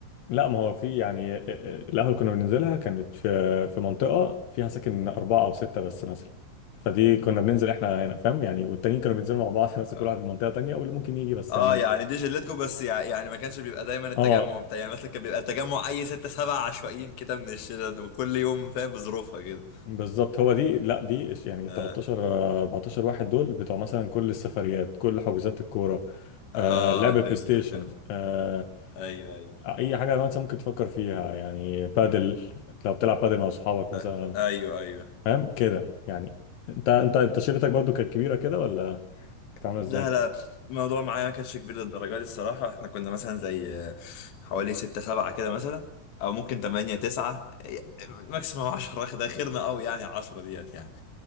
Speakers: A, on the left; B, on the left.
A: لا ما هو في يعني آه، آه، القهوة اللي كنا بننزلها كانت في في منطقة فيها ساكن أربعة أو ستة بس مثلا فدي كنا بننزل احنا هنا فاهم يعني والتانيين كانوا بينزلوا مع بعض <laughs> ناس
B: اه
A: كل واحد من منطقة تانية واللي ممكن يجي بس
B: اه
A: يعني
B: يعني دي جلتكم بس يع- يعني ما كانش بيبقى دايما التجمع
A: اه
B: بتاع يعني مثلا كان بيبقى التجمع اي ستة سبعة عشوائيين كده من الشله كل يوم فاهم بظروفها كده
A: بالظبط هو دي لا دي إش- يعني
B: اه
A: 13 14 واحد دول بتوع مثلا كل السفريات كل حجوزات الكورة
B: اه
A: آه لعب البلاي
B: فهمتك
A: ستيشن
B: فاهم
A: آه
B: ايوه ايوه
A: أي حاجة مثلا ممكن تفكر فيها يعني بادل لو بتلعب بادل مع أصحابك مثلا
B: آه ايوه ايوه
A: فاهم كده يعني انت انت انت شركتك برضو كانت كبيره كده ولا كانت عامله ازاي
B: لا لا الموضوع معايا ما كانش كبير للدرجه دي الصراحه احنا كنا مثلا زي آه، حوالي ستة سبعة كده مثلا او ممكن تمانية تسعة آه، ماكسيموم عشرة ده خيرنا قوي يعني عشرة ديت يعني